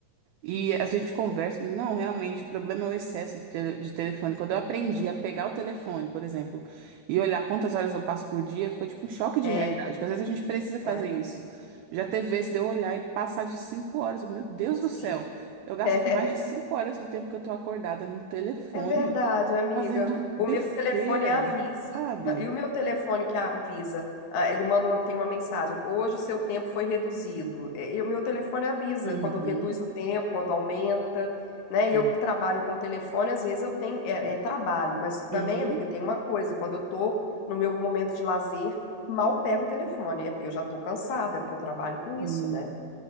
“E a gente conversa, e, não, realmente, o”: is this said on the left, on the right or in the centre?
Right